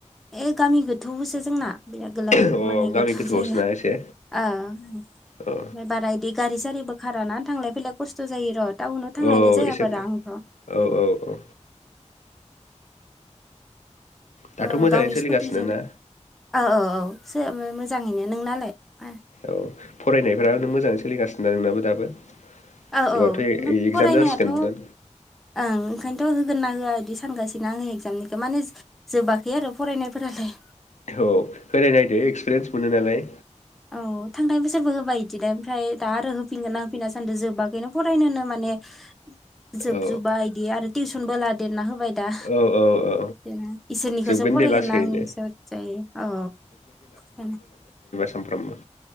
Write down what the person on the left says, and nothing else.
अ
गामि गोथौआवसोना
एसे
अ
औ
एसे
औ
औ औ दाथ'
मोजाङैनो
सोलिगासिनो
ना
औ फरायनायफ्रा नों मोजाङै सोलिगासिनो दा नोंनाबो दाबो एबारथ
ए
एकजाम जासिगोन दा
औ होनाय नायदो एक्सपिरियेन्स मोनो नालाय
औ
औ औ औ
जोबगोन
दे लासैनो
सामफ्रोमबो